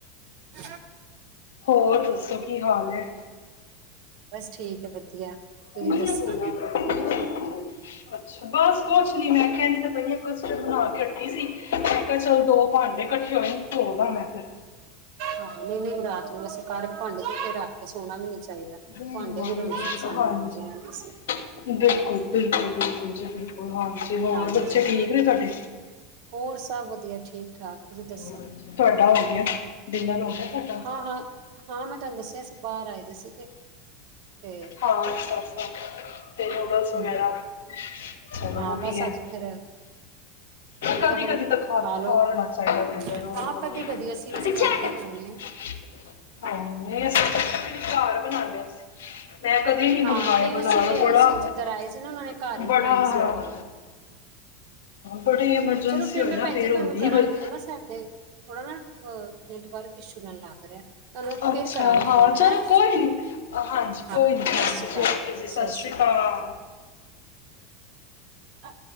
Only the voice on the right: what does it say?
<inaudible>
ਬਸ ਠੀਕ ਐ ਵਧੀਆ, ਤੁਹੀਂ
ਦੱਸੋ?
ਆਹੋ ਨਈਂ ਨਈਂ ਰਾਤ ਨੂੰ ਵਸ ਕਰਟ ਭਾਂਡ <unintelligible> ਤੇ ਸੋਣਾ ਵੀ ਨੀ ਚਾਈਦਾ,
ਭਾਂਡੇ
ਵੀ ਰੋਂਦੇ
ਸਾਨੂੰ
ਮਾਂਜਿਆ ਨੀਂ।
ਹਾਂਜੀ
ਹੋਰ ਸਭ ਵਧੀਆ, ਠੀਕ-ਠਾਕ ਤੁਸੀਂ ਦੱਸੋ?
ਹਾਂ ਹਾਂ, ਹਾਂ ਮੈਂ ਤੁਹਾਨੂੰ ਦੱਸਿਆ ਸੀ ਬਾਹਰ ਆਏ ਦੇ ਸੀਗੇ ਤੇ
ਹਮ
ਹਾਂ
ਬਸ ਅੱਜ ਫੇਰ ਤੁਹਾਨੂੰ
ਪਤਾ ਫੇਰ
ਲਓ
ਹਾਂ ਕਦੀ ਕਦੀ ਅਸੀਂ
ਵੈਸੇ
ਘਰ ਤੋਂ
ਹੀ ਖਾਂਦੇ <inaudible>
ਹਾਂ
ਨਈਂ
ਅਸੀਂ ਵੀ
ਸੀ ਜਿੱਧਰ ਆਏ ਸੀ ਨਾ, ਉਹਨਾਂ ਨੇ ਘਰ ਈ
ਬਣਾਏ ਸੀਗੇ।
ਚਲੋ ਫਿਰ
ਮੈਂ
ਭੈਣ
ਜੀ ਤੁਹਾਨੂੰ
ਕਰਾਂਗੀ
ਉਹ ਨਾ ਸਾਡੇ ਥੋੜਾ ਨਾਲ ਅਹ <unintelligible> ਵਾਰ ਕਿਸ਼ੂ ਨਾਲ ਲੱਗ ਰਿਹਾ। ਤੁਹਾਨੂੰ ਮੈਂ
ਫਿਰ ਕਰਾਂਗੀ ਫੋਨ,
ਹੈਂ!
ਹਾਂ।
ਸਤਿ ਸ਼੍ਰੀ ਅਕਾਲ,
ਸਤਿ ਸ਼੍ਰੀ
ਆ ਅ